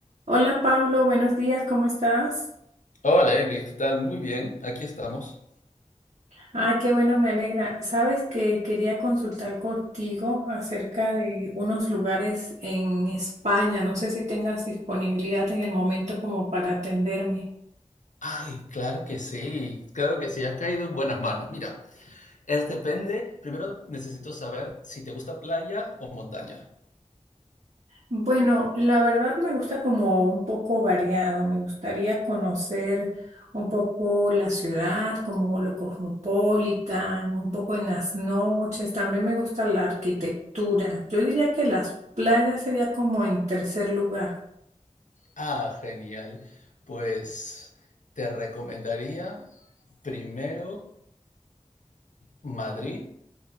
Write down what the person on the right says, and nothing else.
Hola Pablo, buenos días, ¿cómo estás?
Ah, qué bueno, me alegra. Sabes que quería consultar contigo acerca de unos lugares en España. No sé si tengas disponibilidad en el momento como para atenderme.
Bueno, la verdad me gusta como un poco variado, me gustaría conocer un poco la ciudad, como lo cosmopolitan, un poco en las noches, también me gusta la arquitectura. Yo diría que las playas sería como en tercer lugar.